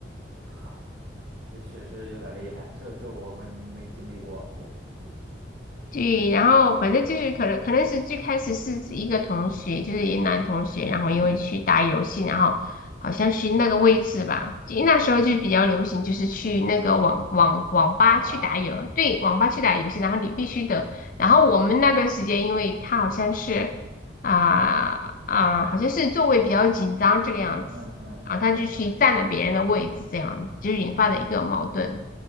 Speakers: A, on the right (about 70°); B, on the left (about 45°).
A: 哈？这确实有点厉害，这这我没没经历过，我这
B: 对，然后反正就是可能可能是最开始是一个同学，就是一男同学，然后因为去打游戏，
A: 嗯，
B: 然后好像是那个位置吧，因为那时候就比较流行，就是去那个网网网吧去打游，
A: 网吧，
B: 对，网吧去打游戏，然后你必须得，然后我们那段时间，因为他好像是啊啊、好像是座位比较紧张这个样子，
A: 嗯嗯嗯嗯嗯嗯
B: 然后他就去占了别人的位置，这样子就引发了一个矛盾。